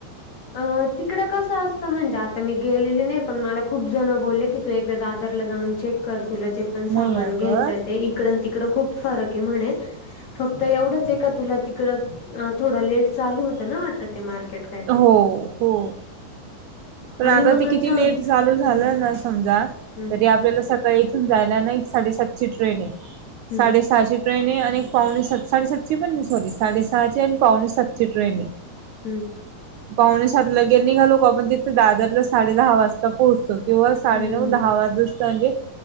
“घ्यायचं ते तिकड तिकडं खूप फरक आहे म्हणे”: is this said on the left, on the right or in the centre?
Left